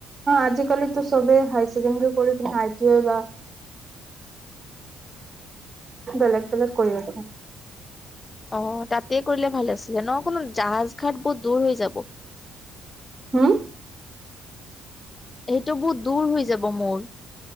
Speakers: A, on the right (about 30°); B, on the left (about 25°).
A: আজিকালিটো চবে হাইৰ চেকেণ্ডাৰী পঢ়ি আই টি আই বা বেলেগ বেলেগ কৰি আছো
B: অ তাতে কৰিলে ভাল আছিলে ন কোনো জাহাজ ঘাট বহুত দূৰ হৈ যাব।
A: হম
B: সেইটো বহুত দূৰ হৈ যাব মোৰ।